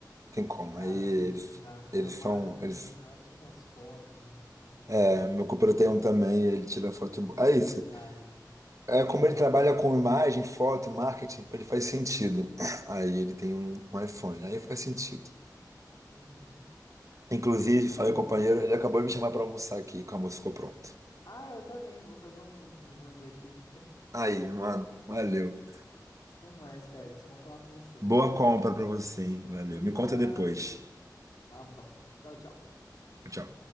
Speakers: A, on the right; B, on the left.
A: tem como.
B: Cara,
A: Aí eles,
B: não dá. Minha
A: eles
B: namorada
A: são.
B: tem
A: Eles,
B: um, ela tira umas fotos, eu falo, meu
A: é,
B: Deus.
A: meu companheiro tem um também, ele tira foto. boa.
B: E durabilidade.
A: É isso.
B: Aham.
A: É como ele trabalha com imagem, foto, marketing, ele faz sentido. <clears throat> Aí ele tem um, um iPhone, aí faz sentido.
B: Uhum.
A: Inclusive,
B: Eu vou.
A: falei com o companheiro, ele acabou de me chamar pra almoçar aqui, que o almoço ficou pronto.
B: Ah, eu também. Vou fazer um, um rango aqui.
A: Aí, mano, valeu.
B: Até mais, Félix. Bom falar com você,
A: Boa
B: viu?
A: compra pra você, hein? Valeu.
B: Obrigado.
A: Me conta depois.
B: Tá bom. Tchau, tchau.
A: Tchau.